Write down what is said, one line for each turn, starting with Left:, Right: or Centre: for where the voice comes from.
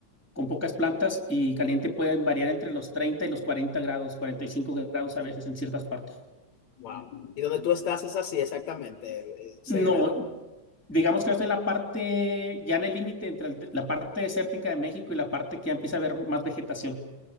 Centre: con pocas plantas, y caliente puede variar entre los 30 y los 40 grados, 45 grados a veces en ciertas partes.
Left: wow. ¿Y donde tú estás es así exactamente, ese
Centre: No,
Left: grado?
Centre: digamos que estoy en la parte, ya en el límite entre el- la parte desértica de México y la parte que ya empieza a haber más vegetación.